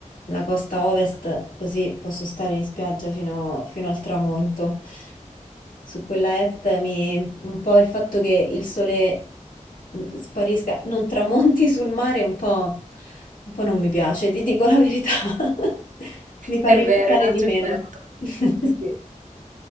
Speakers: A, on the left; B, on the right.
A: la costa ovest, così posso stare in spiaggia fino, fino al tramonto. Su quella est mi, un po' il fatto che il sole mm, sparisca, non tramonti <laughs> sul mare, un po', un po' non mi piace, ti dico la verità. <laughs> Mi fa
B: È
A: rilassare
B: vero, è un altro
A: di meno.
B: effetto.
A: <laughs>
B: Sì.